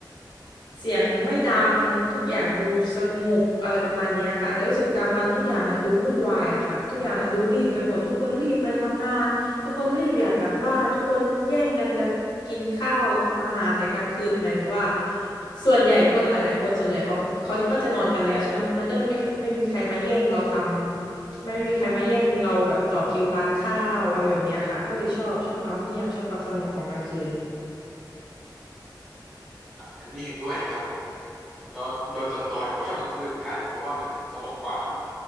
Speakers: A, on the left; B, in the centre.
A: เสียงไม่ดังทุกอย่างดูสงบอะไรประมาณเนี้ยค่ะแต่รู้สึกกลางวันทุกอย่างมันดูวุ่นวายอะค่ะทุกอย่างมันดูรีบไปหมดทุกคนรีบไปทำงานทุกคนรีบอยากกลับบ้านทุกคนแย่งกันจะกินข้าวทำอาหารแต่กลางคืนหมายถึงว่าส่วนใหญ่คนหลายๆคนส่วนใหญ่เขาก็เขาก็จะนอนกันแล้วใช่ไหมคะมันก็เลยไม่ไม่มีใครมาแย่งเราทำ ไม่มีใครมาแย่งเราแบบต่อคิวร้านข้าวอะไรแบบเนี้ยค่ะก็เลยชอบชอบความเงียบชอบความสงบของกลางคืน
B: อันนี้เห็นด้วยเลยครับผมแล้วโดยส่วนตัวเนี่ยผมก็ชอบกลางคืนเหมือนกันเพราะว่ามันสงบกว่าเนาะ